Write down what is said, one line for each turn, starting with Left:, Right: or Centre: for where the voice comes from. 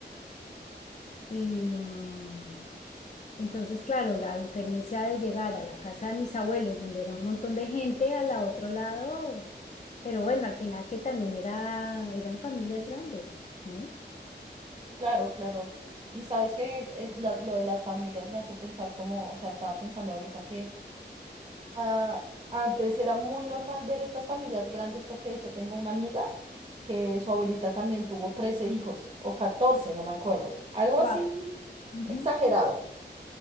Left: Y mm, entonces, claro, la diferencia de llegar a la casa de mis abuelos, donde era un montón de gente, a la otro lado, pero bueno, al final que también era, eran familias grandes, ¿no?
Right: Claro, claro. Y sabes que eh, la- lo de las familias me hace pensar como, o sea, estaba pensando ahorita que Ah, antes era muy normal ver estas familias grandes porque de hecho tengo una amiga que su abuelita también tuvo 13 hijos o catorce no me acuerdo. Algo así
Left: Wow. Ujú.
Right: exagerado.